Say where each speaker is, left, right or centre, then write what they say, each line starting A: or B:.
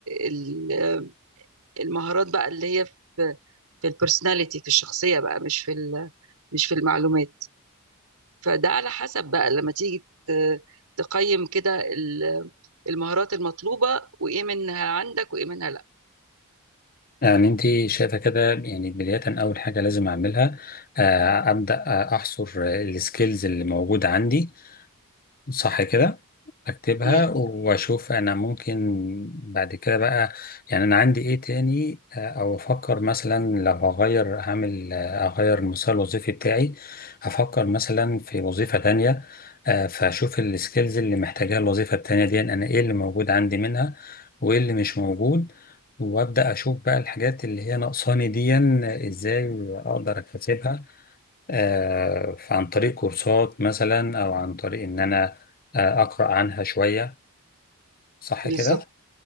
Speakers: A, on the right; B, on the left.
A: ال- آه، المهارات بقى اللي هي في في البرسوناليتي في الشخصيه بقى مش في ال- مش في المعلومات فده على حسب بقى لما تيجي ت- تقيم كده ال- المهارات المطلوبة وإيه منها عندك وإيه منها لأ
B: يعني أنت شايفة كده يعني بداية أول حاجة لازم أعملها آه، أبدأ أحصر السكيلز اللي موجودة عندي صح كده اكتبها
A: yeah.
B: واشوف انا ممكن بعد كده بقى يعني انا عندي ايه تاني آه، او افكر مثلا لو هغير هعمل آه، اغير المسار الوظيفي بتاعي هفكر مثلا في وظيفة تانية آه، فاشوف السكيلز اللي محتاجاها الوظيفة التانية دي انا ايه اللي موجود عندي منها وايه اللي مش موجود وابدا اشوف بقى الحاجات اللي هي ناقصاني دي ازاي اقدر اكتسبها آه، عن طريق كورسات مثلا او عن طريق ان انا آه، اقرا عنها شويه صح
A: بالظبط
B: كده